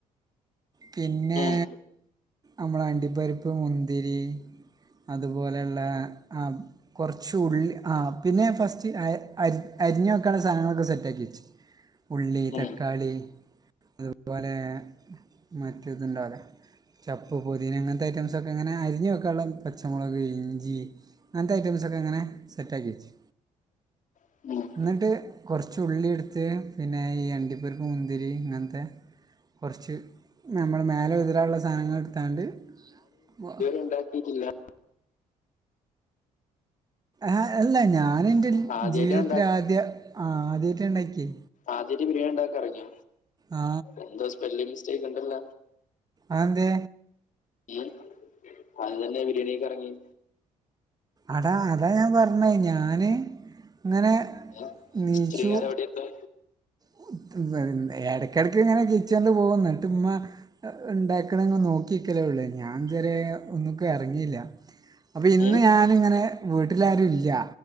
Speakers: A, on the right; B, on the left.
A: പിന്നെ
B: ഉം,
A: അമ്മളെ അണ്ടിപ്പരിപ്പ് മുന്തിരി അതുപോലെയുള്ള ആ കുറച്ച് ഉള്ളി ആ പിന്നെ ഫസ്റ്റ് അരിഞ്ഞൊക്കാനൊള്ളെ സാധനങ്ങളൊക്കെ സെറ്റാക്കി വെച്ച് ഉള്ളി,
B: ഉം,
A: തക്കാളി അതുപോലെ മറ്റെ ഇത്ണ്ടാവൂലെ ചപ്പ്, പൊതീന ങ്ങൻത്തെ ഐറ്റംസൊക്കെ ങ്ങനെ അരിഞ്ഞ് വെക്കാൻള്ളെ പച്ചമൊളക്, ഇഞ്ചി അങ്ങനത്തെ ഐറ്റംസോക്കെ അങ്ങനെ സെറ്റാആക്കി വച്ചു
B: <unintelligible>
A: എന്നിട്ട് കുറച്ച് ഉള്ളി എടുത്ത് പിന്നെ ഈ അണ്ടിപ്പരിപ്പ് മുന്തിരി ഇങ്ങനത്തെ കൊർച്ച് നമ്മള് മേലെ വിതറാൻള്ള സാനങ്ങളെട്ത്താണ്ട് <unintelligible>
B: ഇണ്ടാക്കീട്ടില്ല.
A: ആ അല്ല ഞാനെന്റെ
B: ആദ്യമായിട്ടാണ്
A: ജീവിതത്തിലാ ത്യേ ആതിയായിട്ട ഇണ്ടാക്കിയേ
B: ആദ്യയിട്ട് ബിരിയാണിണ്ടാക്ക ഇറങ്ങ
A: ആ
B: എന്തോ സ്പെല്ലിങ് മിസ്റ്റെക്കുണ്ടല്ല
A: അഹ് ന്തേ
B: ഇവൻ അതെന്നെന്തേ ബിരിയാണി കഴിക്കാൻ എറങ്ങിയേ?
A: അതാ, അതാ ഞാൻ പർണേ, ഞാന്ങ്ങനെ
B: ഉം,
A: നീച്ചൂ
B: ഇത്രയും കാലം എവിടെ ഇരുന്നു
A: ഉം, തിന്നൊ <unintelligible> എടക്കെട്ക്കിങ്ങനെ കിച്ചണ്ല് പോവും. ന്നട്ട്മ്മ ഇണ്ടാക്കണ ത് നോക്കിക്കലേ ഉള്ളൂ ഞാൻ ഇതരെ ഒന്നക്ക് ഇറങ്ങിയില്ല അപ്പം ഇന്ന്
B: ഉം,
A: ഞാനിങ്ങനെ, വീട്ടിലാരുംല്ല്യ.